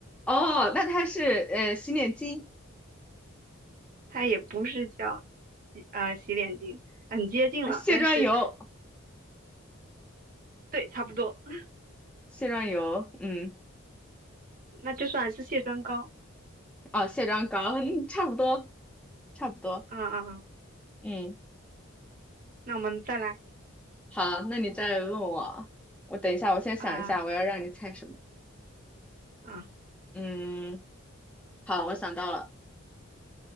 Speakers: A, in the centre; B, on the right.
A: 哦，那它是呃洗脸巾、
B: 它也不是叫洗呃洗脸巾，很接近了，
A: 呃卸妆油、
B: 但是对，差不多，<laughs>
A: 卸妆油，嗯，
B: 那就算是卸妆膏。
A: 哦，卸妆膏，嗯，差不多，差不多，
B: 嗯嗯嗯，
A: 嗯，
B: 那我们再来
A: 好，那你再问我，我等一下，我先想一下，
B: 啊
A: 我要让你猜什么？
B: 啊，
A: 嗯，好，我想到了，